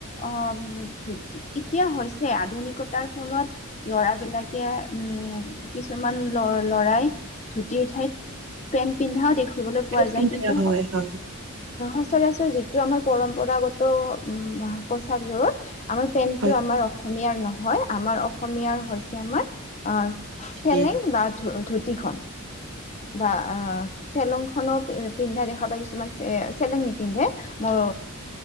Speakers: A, on the left; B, on the right.
A: আহ ধুতি এতিয়া হৈছে আধুনিকতাৰ ফলত ল'ৰাবিলাকে উম কিছুমান ল ল'ৰাই ধুতিৰ ঠাইত পেণ্ট পিন্ধাও দেখো। দেখিবলৈ
B: পেন্ট
A: পোৱা যায়
B: পিন্ধে
A: কিন্তু
B: হয় হয় হয়।
A: সচৰাচৰ যিটো আমাৰ পৰম্পৰাগত উম পচাক যোৰ আৰু পেন্টটো
B: হয়
A: আমাৰ অসম অসমীয়াৰ নহয় আমাৰ অসমীয়াৰ হৈছে আমাৰ অহ চেলেং
B: হয়।
A: বা ধ ধু তি খন বা আহ চেলং খনো পিন্ধা দেখা পাই কিছুমান চে চেলেং নিপিন্ধে মোৰ